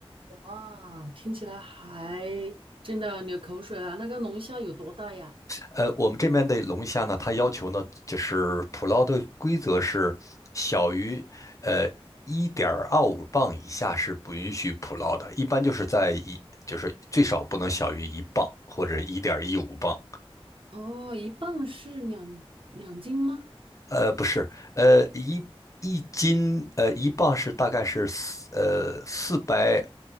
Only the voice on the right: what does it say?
哇，听起来还真的流口水了。那个龙虾有多大呀？
哦，一磅是两两斤吗？